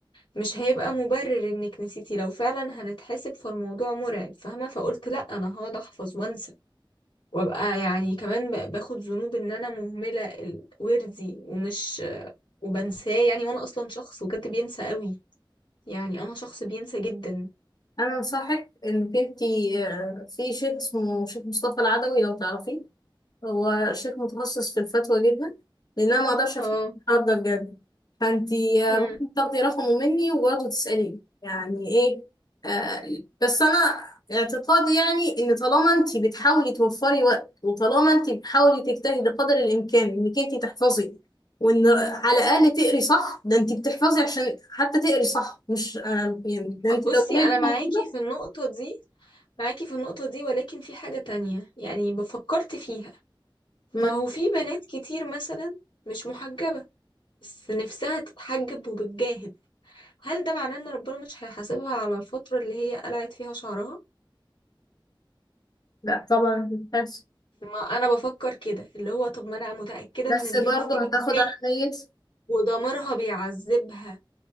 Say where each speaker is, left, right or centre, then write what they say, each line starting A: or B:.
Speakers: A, on the left; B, on the left.
A: مش هيبقى مبرر انك نسيتي لو فعلا هنتحسب فالموضوع مرعب فاهمة فقلت لا انا هقعد احفظ وانسى وابقى يعني كمان ب- باخد ذنوب ان انا مهملة ال- وردي ومش وبنساه يعني وانا اصلا شخص بجد بينسى قوي يعني انا شخص بينسى جدا
B: انا انصحك انك انت آه، في شيخ اسمه شيخ مصطفى العدوي لو تعرفيه هو شيخ متخصص في الفتوى جدا لان انا ما اقدرش
A: اه
B: افتكر الحوار ده بجد فانتي آه،
A: امم
B: ممكن تاخدي رقمه مني وبرضه تساليه يعني ايه آه بس انا اعتقادي يعني ان طالما انتي بتحاولي توفري وقت وطالما انتي بتحاولي تجتهدي قدر الامكان انك انتي تحفظي وان على الاقل تقري صح ده انتي بتحفظي عشان حتى تقري صح مش آه يعني ده انتي
A: بصي
B: لو قريتي
A: انا معاكي
B: موجوده
A: في النقطة دي معاكي في النقطة دي ولكن في حاجة تانية يعني بفكرت فيها ما
B: مم،
A: هو في بنات كتير مثلا مش محجبة بس نفسها تتحجب وبتجاهد هل ده معناه ان ربنا مش هيحاسبها على الفترة اللي هي قلعت فيها شعرها؟
B: لا طبعا بس
A: ما انا بفكر كده اللي هو طب ما انا متأكدة
B: بس
A: ان البنت
B: برضه
A: دي بتجاهد
B: هتاخد على نيتي
A: وضميرها بيعذبها